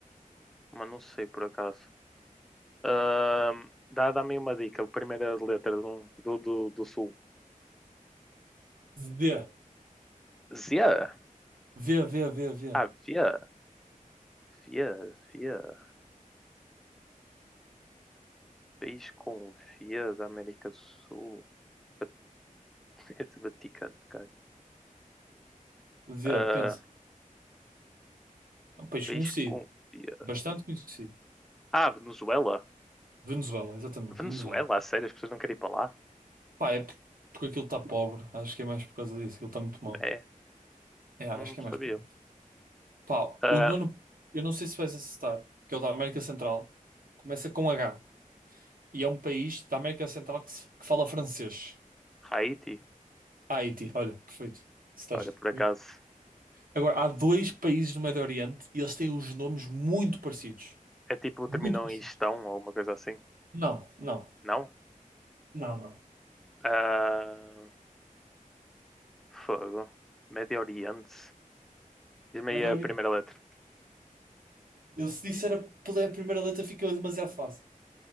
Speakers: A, in the centre; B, on the right (about 80°).
A: Mas não sei por acaso. Ahm, dá, dá-me uma dica. A primeira letra de um- do, do, do sul.
B: D.
A: Zia.
B: Vê, vê, vê, vê.
A: Ah, via. Via, via. País com via da América do Sul. Vat- <laughs> Vaticano, cara.
B: Vê,
A: Ah,
B: pensa. É um país
A: país
B: conhecido.
A: com via.
B: Bastante conhecido.
A: Ah, Venezuela.
B: Venezuela, exatamente,
A: Venezuela,
B: Venezuela.
A: a sério, as pessoas não querem ir para lá?
B: Pá, é por- porque aquilo está pobre. Acho que é mais por causa disso. Aquilo está muito mal.
A: É,
B: É, acho
A: não
B: que
A: sabia.
B: é mais por causa disso. Pá,
A: Ah,
B: o nono, eu não sei se vais acertar, que é o da América Central. Começa com H. E é um país da América Central que, se- que fala francês.
A: Haiti.
B: Ah, Haiti, olha, perfeito. Estás.
A: Olha, por acaso.
B: Agora, há dois países do Médio Oriente e eles têm os nomes muito parecidos.
A: É tipo, terminam
B: Muito parecidos.
A: em gestão ou uma coisa assim.
B: Não, não.
A: Não?
B: Não, não.
A: Ah, fogo. Médio Oriente. Diz-me
B: Médio
A: aí a
B: Oriente.
A: primeira letra.
B: Eu se disser a pele- a primeira letra fica demasiado fácil.